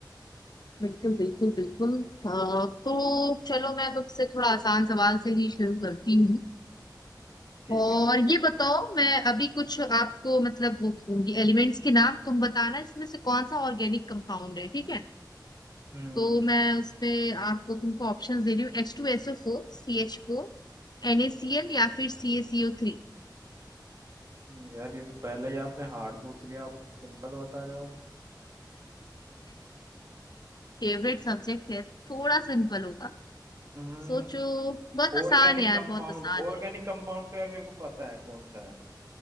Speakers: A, on the left; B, on the right.
A: बिल्कुल बिल्कुल बिल्कुल अह, तो चलो मैं तुमसे थोड़ा आसान सवाल से ही शुरू करती हूँ
B: ठीक
A: और
B: है पूछो
A: ये बताओ मैं अभी कुछ आपको मतलब वो एलिमेंट्स के नाम तुम बताना इसमें से कौन सा ऑर्गेनिक कंपाउंड है ठीक है
B: हम्म
A: तो मैं उसपे आपको तुमको ऑप्शंस दे रही हूँ H two S O four C H four N A C L या फिर C A C O three
B: हम्म, यार ये तो पहले ही आपने हार्ड पूछ लिया आप सिंपल बता रहे हो
A: Favourite subject <laughs> है थोड़ा सिंपल होगा
B: हम्म
A: सोचो बहुत
B: ऑर्गेनिक
A: आसान है यार
B: कंपाउंड
A: बहुत आसान
B: ऑर्गेनिक कंपाउंड तो यार मेरे को पता है कौन सा है